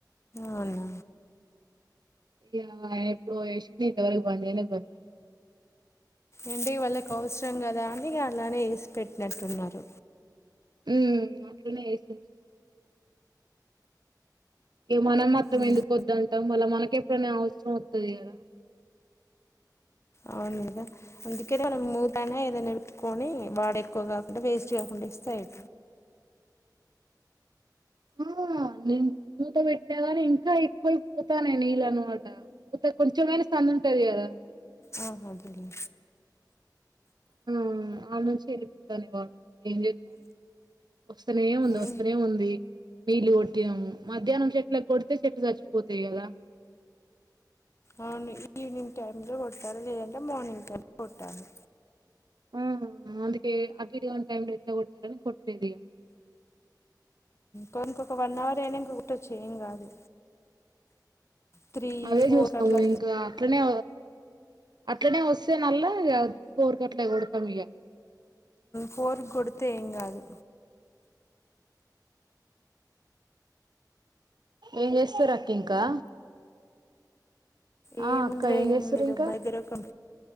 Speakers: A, on the left; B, on the right.
A: అవునా
B: ఇక ఆయన ఎప్పుడో చేసిండు ఇంతవరకు బంద్ చేయలే <unintelligible>
A: ఎంటి వాళ్ళకు అవసరం కదా అని అలానే వేసిపెట్టినట్టున్నారు
B: హ్మ్ అట్లనే వేసింది ఏ మనం మాత్రం
A: ఉమ్.
B: ఎందుకు వద్దదు అంటాం మళ్ళ మనక ఎప్పుడైనా అవసరం త్తలే కద
A: అవును కదా అందుకనే మనం మూతైన ఏదైనా పెట్టుకొని వాాడ ఎక్కువ కాకుండా వేస్ట్ కాకుండా ఇస్తే అయి
B: ఆ నేను మూత పెట్టినా ని ఇంకా ఎక్కువై పోతా న నీళ్ళ అనమాట మూత కొంచెమైన సందు ఉంటది కదా
A: ఆ అదేలే
B: హ్మ్ హ్మ్ అడా నుంచి వెళ్ళిపోతానయి వాటర్ ఏం చేతం వస్తనే ఉంది
A: ఏం
B: వస్తనే ఉంది నీళ్లు కొట్టినాము మధ్యాహ్నం చెట్ల కొడితే చెట్లు చచ్చిపోతాయి కదా
A: అవును ఈవినింగ్ టైం లో కొట్టాలి లేదంటే మార్నింగ్ లో కొట్టాలి
B: ఆహ అందుకే అటు ఇటు కానీ టైం లో ఎట్లా కొట్టాలని కొట్టలేదు ఇగ
A: కొంకొక వన్ అవర్ అయినాంక కోట్టచ్చు ఏం కాదు త్రీ
B: అవే
A: ఫోర్
B: చూస్తాము
A: అట్లా
B: ఇంకా అట్లనే ఇట్ననే వస్తే నల్ల ఇగ ఫోరుకట్ల కొడతాం ఇగ
A: పోరు కొడితే ఏం కాదు
B: ఏం చేస్తురు అ ఇంకా
A: ఏంవుందిరా
B: ఆ అక్క
A: ఏం
B: చేస్తారు
A: లేదు
B: ఇంకా
A: భైదరకం